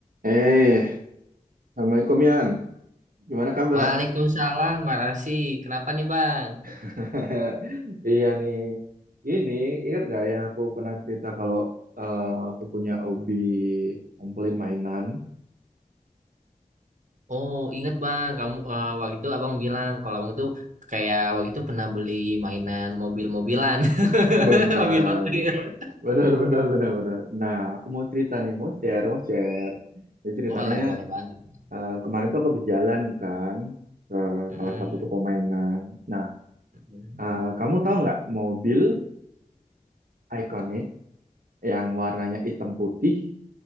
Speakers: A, on the right; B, on the right.
A: Eh, Assalamualaikum Yan. Gimana kabar?
B: Waalaikumsalam, makasih. Kenapa nih, Bang?
A: <laughs> Iya nih. Ini ingat gak yang aku pernah cerita kalau eh, aku punya hobi ngumpulin mainan?
B: Oh, inget, Bang. Kamu eh, waktu itu Abang bilang kalau Abang itu kayak waktu itu pernah beli mainan mobil-mobilan. <laughs>
A: Benar,
B: Mobil Hot Wheels.
A: benar, benar, benar, benar. Nah, aku mau cerita nih, mau share, mau share. Jadi ceritanya
B: Boleh, boleh banget.
A: eh, kemarin tuh aku habis jalan kan ke
B: Mm-mm.
A: salah satu toko mainan. Nah,
B: Mm-mm.
A: eh, kamu tahu nggak mobil ikonik yang warnanya hitam putih